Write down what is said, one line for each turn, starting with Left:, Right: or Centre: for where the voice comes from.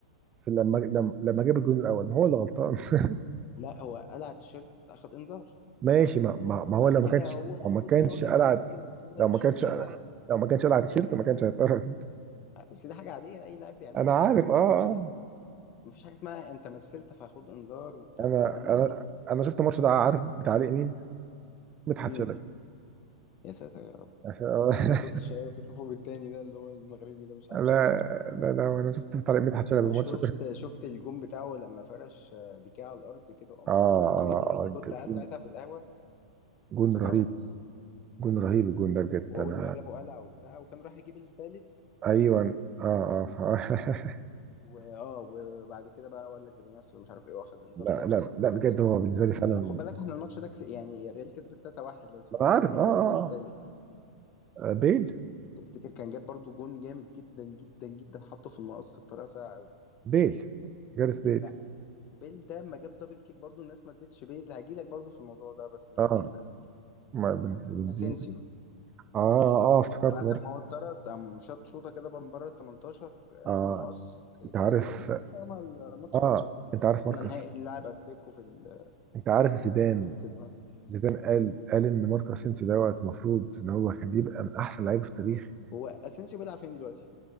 Right: في لما لما لما جاب الجون الاول ما هو اللي غلطان <laughs>
Left: لا هو قلع التيشيرت اخد انذار
Right: ماشي ما, ما, ما هو
Left: بعد
Right: لو
Left: كده
Right: ما كانش
Left: هو المفروض
Right: لو ما كانش
Left: ان هو كان
Right: قلع
Left: بيمثل بس هي
Right: لو
Left: مش
Right: ما كانش
Left: مستاهله
Right: لو ما كانش قلع التيشيرت ما كانش هيضطر
Left: آه، بس دي حاجه عاديه اي لاعب بيعملها
Right: انا عارف
Left: المفروض
Right: اه
Left: بعد كده
Right: اه
Left: حتى مفيش حاجه اسمها انت مثلت فهاخد انذار وبتاع
Right: انا
Left: مع انهم
Right: انا انا شفت الماتش ده عارف بتعليق مين مدحت
Left: مين
Right: شلبي
Left: يا ساتر
Right: عشان- <laughs>
Left: لا انا كنت شايف بشوفه بالتاني ده اللي هو المغربي ده مش
Right: لا
Left: عارف اسمه ايه
Right: لا لا انا شفت بتعليق مدحت شلبي
Left: فشفت
Right: الماتش ده
Left: شفت الجون بتاعه لما فرش آه، بيكيه على الارض كده وقام
Right: اه اه
Left: حطها في البعيده انا
Right: اه
Left: كنت
Right: جون
Left: قاعد ساعتها في القهوه
Right: جون
Left: اتصدمت
Right: رهيب جون رهيب الجون ده بجد
Left: واول
Right: انا
Left: لما جابه قلع وبتاع وكان راح يجيب التالت
Right: ايوه اه اه ف- <laughs>
Left: واه وبعد كده بقى قال لك ده بيمثل مش عارف ايه واخد انذار
Right: لا
Left: تاني
Right: لا
Left: وطرد
Right: لا بجد هو بالنسبه لي فعلا
Left: خد بالك احنا الماتش ده كس... يعني الريال كسبت 3-1 لو تفتكر
Right: انا عارف
Left: مين اللي
Right: اه اه
Left: جاب الجون التالت
Right: اه بيل
Left: تفتكر كان جاب برضو جون جامد جدا جدا جدا حطه في المقص بطريقه سيئه قوي
Right: بيل جاريس بيل
Left: لا بيل ده لما جاب دبل كيك برضو الناس ما ادتش بيل هجيلك برضو في الموضوع ده بس مش
Right: اه
Left: بيل لا
Right: ما بنز- بنزين
Left: اسينسيو
Right: اه اه افتكرت
Left: بعد
Right: مارك
Left: ما هو اتطرد قام شاط شوطه كده بقى من بره ال 18
Right: اه
Left: في المقص جو
Right: انت عارف
Left: احنا كسبنا يومها الماتش
Right: اه
Left: ده
Right: انت عارف
Left: واحنا
Right: ماركوس
Left: نهائي نلعب اتلتيكو في ال-
Right: انت عارف زيدان
Left: في بطوله الملك دي
Right: زيدان قال قال ان ماركو اسينسيو دوت المفروض ان هو كان يبقى من احسن لعيبه في التاريخ
Left: هو اسينسيو بيلعب فين دلوقتي؟